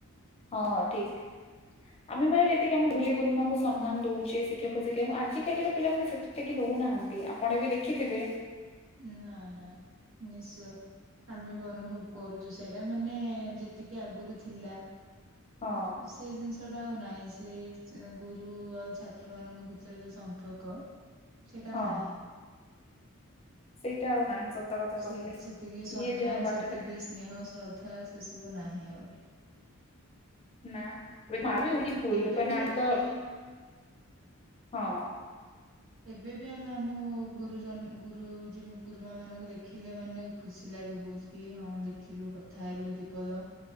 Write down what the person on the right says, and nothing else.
ନା ନା ନି <unintelligible> ଆମେ ବି ଅନୁଭବ କରୁଛୁ ସେଇଟା ମାନେ ଯେତିକି ଆଗରୁ ଥିଲା।
ସେଇ ଜିନିଷ ଟା ଆଉ ନାଇଁ ସେ ଗୁରୁ ଆଉ ଛାତ୍ର ମାନଙ୍କ ଭିତରେ ଯୋଉ ସମ୍ପର୍କ ସେଇଟା ଆଉ
ନାହିଁ।
ସେ
ସେତିକି ସମ୍ମାନ
ସେତିକି ସ୍ନେହ ଶ୍ରଦ୍ଧା ସେସବୁ ନାହିଁ ଆଉ।
ଏବେ
ବି
ଆମେ
ଏବେ ବି ଆମେ ଆମ ଗୁରୁଜନ ଗୁରୁଜି ଗୁରୁମା ମାନଙ୍କୁ ଦେଖିଲେ ମାନେ ଖୁସି ଲାଗେ ବହୁତ। କି ହଁ ଦେଖିଲୁ କଥା ହେଲୁ ଦୀପଦ।